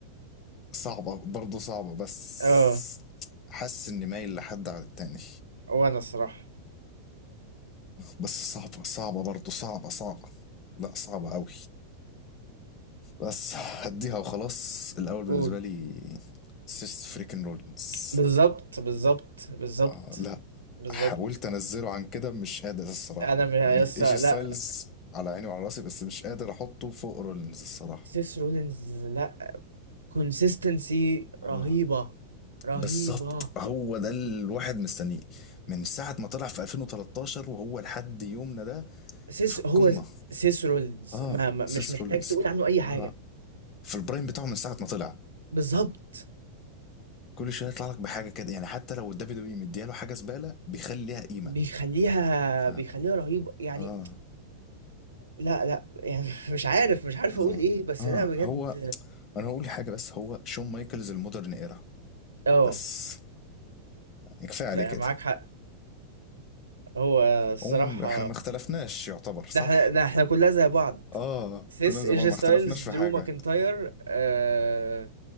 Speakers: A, on the left; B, on the right.
A: صعبة برضه صعبة بس
B: اه
A: حاسس اني مايل لحد على التاني
B: وانا الصراحة
A: بس صعبة صعبة برضه صعبة صعبة لا صعبة قوي بس هديها وخلاص الاول بالنسبه
B: قول
A: لي سيس فريكن رولينز
B: بالظبط بالظبط بالظبط
A: آه لا
B: بالظبط
A: حاولت انزله عن كده مش قادر الصراحه
B: انا م-
A: يعني
B: لسه
A: ايجي
B: لا
A: ستايلز على عيني وعلى راسي بس مش قادر احطه فوق رولينز الصراحه
B: سيس رولينز لا كونسيستنسي رهيبة
A: اه
B: رهيبة
A: بالظبط هو ده الواحد مستنيه من ساعة ما طلع في 2013 وهو لحد يومنا ده
B: سيس
A: في القمة
B: هو سيس رولينز
A: اه
B: ما ما- مش
A: سيس
B: محتاج
A: رولينز
B: تقول عنه اي حاجة
A: اه في البرايم بتاعه من ساعة ما طلع
B: بالظبط
A: كل شويه يطلع لك بحاجه كده يعني حتى لو الدبليو دبليو مدياله حاجه زباله بيخلي ليها قيمه
B: بيخليها
A: ف
B: بيخليها رهيبة يعني
A: اه
B: لا لا يعني <laughs> مش عارف مش عارف
A: اه
B: اقول ايه بس
A: اه
B: لا بجد
A: هو انا هقول حاجه بس هو شون مايكلز المودرن ايرا
B: اه
A: بس يعني كفايه
B: فمعاك
A: عليه كده
B: حق هو الصراحة
A: عموما احنا ما اختلفناش يعتبر صح
B: ده احنا ده احنا كلها زي بعض
A: اه
B: سيس
A: كلنا زمان
B: ايجي
A: ما
B: ستايلز
A: اختلفناش
B: درو
A: في حاجه
B: ماكنتاير آه